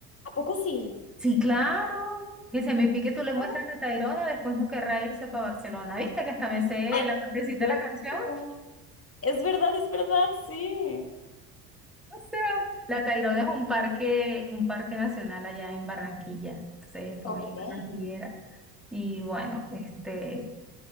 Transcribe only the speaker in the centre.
sí, claro, que se me pique tú le muestras
la Tayrona, después no querrá irse para Barcelona. ¿Viste que hasta me sé
la partecita
de la canción? <laughs>
O sea, la Tayrona es un parque, un parque nacional allá en Barranquilla. Entonces, como
ella es barranquillera. Y bueno, este,